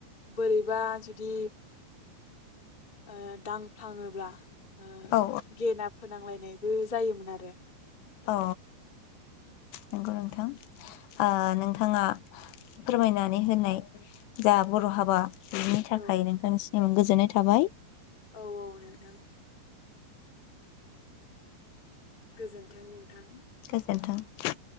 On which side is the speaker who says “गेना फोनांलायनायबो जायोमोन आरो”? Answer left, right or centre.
Left